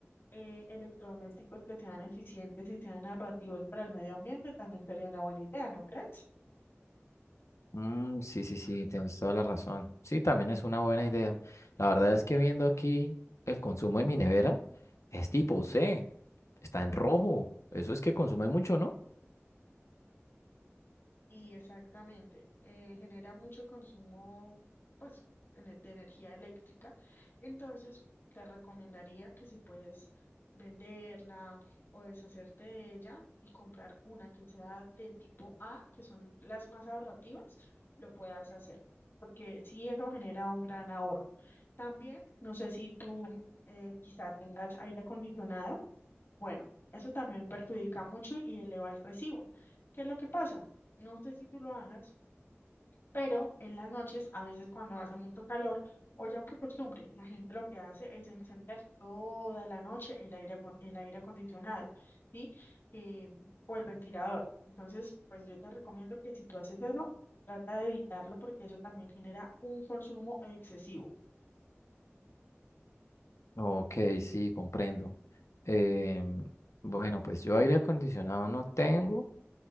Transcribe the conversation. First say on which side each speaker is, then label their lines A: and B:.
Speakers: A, on the left (about 50°); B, on the left (about 85°).
A: eh, electrodomésticos que sean eficientes y sean narrativos para el medio ambiente, también sería una buena idea, ¿no crees?
B: Mm, sí, sí, sí, tienes toda la razón. Sí, también es una buena idea. La verdad es que viendo aquí el consumo de mi nevera, es tipo C, está en rojo. Eso es que consume mucho, ¿no?
A: Y exactamente, eh, genera mucho consumo, pues, ene- de energía eléctrica. Entonces, te recomendaría que si puedes venderla o deshacerte de ella y comprar una que sea de tipo A, que son las más ahorrativas, lo puedas hacer, porque sí eso genera un gran ahorro. También, no sé si tú eh, quizá tengas aire acondicionado bueno, eso también perjudica mucho y eleva el recibo. ¿Qué es lo que pasa? No sé si tú lo hagas, pero en las noches, a veces cuando hace mucho calor, o ya por costumbre, la gente lo que hace es encender toda la noche el aire, acon- el aire acondicionado, ¿sí? Eh, o el ventilador. Entonces, pues yo te recomiendo que si tú haces eso, trata de evitarlo porque eso también genera un consumo excesivo.
B: Ok, sí, comprendo. Em, bueno, pues yo aire acondicionado no tengo,